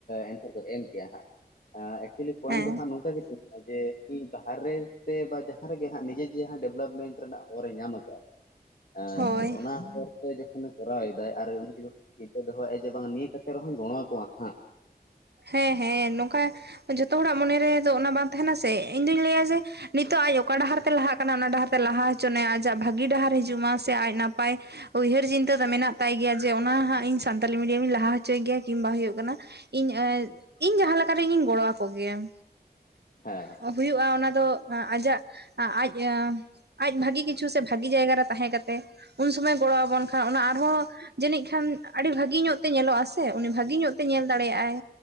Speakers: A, on the left; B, on the right.
A: ᱮᱱᱥᱟᱨ ᱠᱚ ᱮᱢ ᱠᱮᱜᱼᱟ ᱦᱟᱸᱜ᱾ ᱮᱸ ᱮᱠᱪᱩᱭᱞᱤ ᱯᱚᱭᱮᱱᱴ
B: ᱦᱮᱸ
A: ᱫᱚ ᱦᱟᱸᱜ ᱱᱚᱝᱠᱟ ᱜᱮ ᱛᱟᱸᱦᱮᱱᱟ ᱡᱮ ᱠᱤ ᱡᱟᱦᱟᱨ ᱨᱮ ᱥᱮ ᱵᱟ ᱡᱟᱦᱟᱸ ᱨᱮᱜᱮ ᱦᱟᱸᱜ ᱱᱤᱡᱮᱜᱮ ᱦᱟᱸ ᱰᱮᱞᱚᱯᱢᱮᱱᱴ ᱨᱮᱱᱟᱜ ᱦᱚᱨ ᱮ ᱧᱟᱢ ᱟᱠᱟᱫᱼᱟ ᱮᱸ
B: ᱦᱳᱭ
A: ᱚᱱᱟ ᱦᱚᱨᱛᱮ ᱡᱚᱠᱷᱚᱱ ᱠᱷᱚᱱ ᱮ ᱠᱚᱨᱟᱣ ᱮᱫᱟᱭ ᱟᱨ ᱩᱱᱤ ᱡᱩᱫᱤ ᱪᱤᱱᱛᱟᱹ ᱫᱚᱦᱚᱭᱟᱭ ᱡᱮ ᱵᱟᱝ ᱱᱤᱭᱟᱹ ᱠᱟᱛᱮ ᱨᱮᱦᱚᱸ ᱜᱚᱬᱚ ᱟᱠᱚᱣᱟ ᱦᱟᱸᱜ᱾
B: ᱦᱮᱸ ᱦᱮᱸ ᱱᱚᱝᱠᱟ ᱡᱷᱚᱛᱚ ᱦᱚᱲᱟᱜ ᱢᱚᱱᱮ ᱨᱮ ᱫᱚ ᱚᱱᱟ ᱵᱟᱝ ᱛᱟᱦᱮᱱᱟ ᱥᱮ ᱤᱧ ᱫᱩᱧ ᱞᱟᱹᱭᱟ ᱡᱮ ᱱᱤᱛᱚᱜ ᱟᱡ ᱚᱠᱟ ᱰᱟᱦᱟᱨ ᱛᱮ ᱞᱟᱦᱟᱜ ᱠᱟᱱᱟ ᱚᱱᱟ ᱰᱟᱦᱟᱨ ᱛᱮ ᱞᱟᱦᱟ ᱦᱚᱪᱚᱱᱮ ᱟᱡᱟᱜ ᱵᱷᱟᱹᱜᱤ ᱰᱟᱦᱟᱨ ᱦᱤᱡᱩᱜ ᱢᱟ ᱥᱮ ᱟᱡ ᱱᱟᱯᱟᱭ ᱩᱭᱦᱟᱹᱨ ᱪᱤᱱᱛᱟᱹ ᱫᱚ ᱢᱮᱱᱟᱜ ᱛᱟᱭ ᱜᱮᱭᱟ ᱡᱮ ᱚᱱᱟ ᱦᱟᱸᱜ ᱤᱧ ᱥᱟᱱᱛᱟᱞᱤ ᱢᱤᱰᱤᱭᱟᱢᱤᱧ ᱞᱟᱦᱟ ᱦᱚᱪᱚᱭ ᱜᱮ ᱠᱤᱝᱵᱟ ᱦᱳᱭᱳᱜ ᱠᱟᱱᱟ ᱤᱧ ᱮ ᱤᱧ ᱡᱟᱸᱦᱟ ᱞᱮᱠᱟᱨᱮ ᱤᱧᱤᱧ ᱜᱚᱲᱚ ᱟᱠᱚ ᱜᱮᱭᱟ᱾
A: ᱦᱮᱸ
B: ᱦᱩᱭᱩᱜᱼᱟ ᱚᱱᱟ ᱫᱚ ᱮᱸ ᱟᱡᱟᱜ ᱟ-ᱟᱡ ᱮᱸ ᱟᱡ ᱵᱷᱟᱜᱤ ᱠᱤᱪᱷᱩ ᱥᱮ ᱵᱷᱟᱜᱤ ᱡᱟᱭᱜᱟ ᱨᱮ ᱛᱟᱸᱦᱮ ᱠᱟᱛᱮ ᱩᱱ ᱥᱚᱢᱚᱭ ᱜᱚᱲᱚ ᱟᱵᱚᱱ ᱠᱷᱟᱱ ᱚᱱᱟ ᱟᱨᱦᱚᱸ ᱡᱟᱹᱱᱤᱡ ᱠᱷᱟᱱ ᱟᱹᱰᱤ ᱵᱷᱟᱹᱜᱤ ᱧᱚᱜ ᱛᱮ ᱧᱮᱞᱚᱜᱼᱟ ᱥᱮ ᱩᱱᱤ ᱵᱷᱟᱹᱜᱤ ᱧᱚᱜ ᱛᱮ ᱧᱮᱞ ᱫᱟᱲᱮᱭᱟᱜᱼᱟᱭ᱾